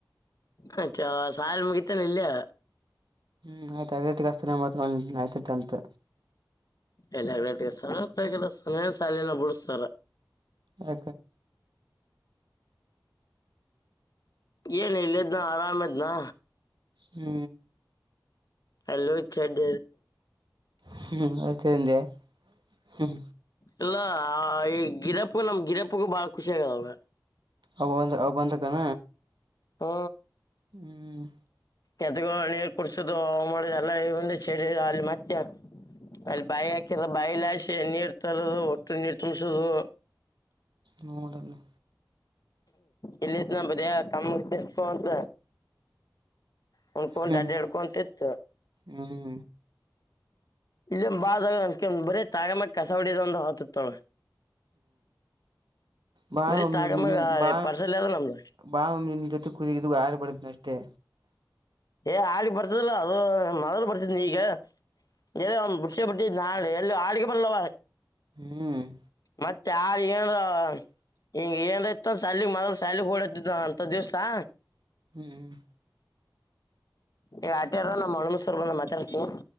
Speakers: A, on the left (about 55°); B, on the right (about 80°).
A: ಅ ಚಾ ಸಾಯಾಲ ಮುಗಿತೇನೆ ಇಲ್ಲಯ
B: ಹ್ಮ್ ಆಯ್ ಐದಲೆಟಗೆಸ್ನೇ ಮಾಡ್ತ ಆಯ್ತಟೆಂತ್
A: ಎಲ್ಲಲ್ಲ ಸ ಶಾಲಿಯ ಬಿಡಿಸತಾರ
B: ಆ
A: ಏನ ಇಲ್ಲಜ ನ ಆರಾಮದ ನ
B: ಹ್ಮ್
A: ಎಲ್ಲೂ ಇ ಚೆಡ್ಡ
B: ಹ್ಮ ಅತಂದ ಹ್ಮ
A: ಇಲ್ಲ ಈ ಗಿರಪ್ಪ ನಮ್ ಗಿರಪ್ಪಗೂ ಬಾಳ ಖುಷಿ ಆಗದಾಗ
B: ಅವ ಬಂದ ಅವ ಬಂದ ಕಣ
A: ಹ್ಮ
B: ಹ್ಮ್
A: ಎತ್ಗ ನೀರ್ ಕುಡ್ಸುದು ಮಾಡುದು ಎಲ್ಲ ಒಂದು ಚರಿ ಅಲ್ಲಿ ಮತ್ತೆ ಅಲ್ಲಿ ಬಾಯಿ ಹಾಕರ ಬಾಯಿಲಶ ನೀರ್ ತರದು ಒಟ್ಟು ನೀರು ತುಂಬಸದು
B: ನಡಲ್ಲಿ
A: ಇಲ್ಲಿ ಇನ ಬಿಯ ಕಾಮ ಪಂತ ಹನ್ಕಂತಾ
B: ಹ್ಮ್
A: ರೆಡ್ ಕಂತ ಇತ್ತು
B: ಹ್ಮ್
A: ಇಲ್ಲ ಬಾಕ ಬರೀ ತಾಗಮ್ಮ ಕಸ ಹೊಡಿದ ಒಂದ ಹತತೋಳ
B: ಬ
A: ಬರೀ ತಾಗಮ್ಯಾಗ
B: ಬ
A: ಪಾರ್ಸಲ್ ಅದ ನಮ್ದು
B: ಬಾನ ಒಮ ಜೊತೆ ಕಲಗಿದ ಆರ್ಬಡದನ ಅಷ್ಟೇ
A: ಏ ಹಳಿ ಬರ್ತದಲ್ಲ ಅದು ಮೊದಲು ಬರ್ತದ ಈಗ ಎ ಒಂದ್ ಮುಡ್ಿ ಬಿಟ್ಟಿದ್ದ ನಾಳೆ ಎಲ್ಲಿ ಹಾಡಿಗೆ ಬರ್ಲ್ಲವ
B: ಹ್ಮ್
A: ಮತ್ತ ಯಾರ ಏನರ ಹಿಂಗ ಏನ್್ತ ಸಾಲ ಮೊದಲ ಸಾಲ ಹ ಹೊೋಡ ಅಂತ ದಿವ್ಸಾ
B: ಹ್ಮ್
A: ಈಗ ಆಟೆಾರ ನಮ್ಮ್ ಮಣ್ಮ ಸವರ್ಗ ಒಂದ್ ಮಾತಾಡ್ತೀಿ